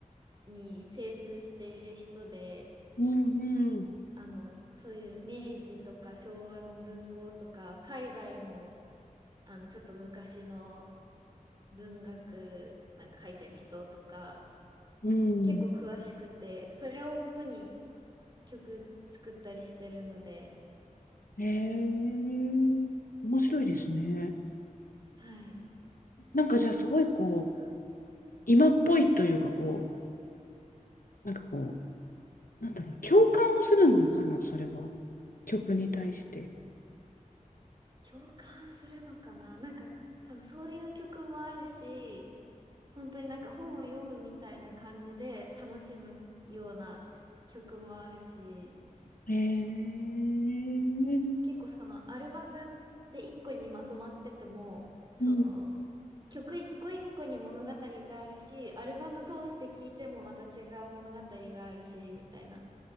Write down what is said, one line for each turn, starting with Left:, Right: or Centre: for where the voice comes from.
Right: に精通している人で、
Left: うん、うん、
Right: あの、そういう明治とか昭和の文豪とか、海外の、あの、ちょっと昔の文学なんか書いてる人とか、
Left: うん。
Right: 結構詳しくて、それをもとに曲作ったりしてるので、
Left: ええ面白いですね。
Right: はい。
Left: なんかじゃあすごいこう、今っぽいというかこう、なんかこう、なんだろう、共感をするのかな、それは。曲に対して。
Right: 共感するのかななんか多分そういう曲もあるし本当になんか本を読むみたいな感じで楽しむような曲もあるし
Left: えー、
Right: 結構そのアルバムで一個にまとまっててもその
Left: うん、
Right: 曲一個一個に物語があるしアルバム通して聴いてもまた違う物語があるしみたいな